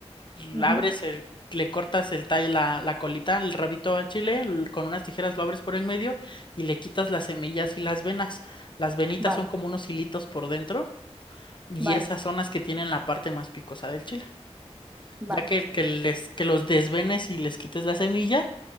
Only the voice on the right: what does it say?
Ujú.
Vale,
vale,
vale.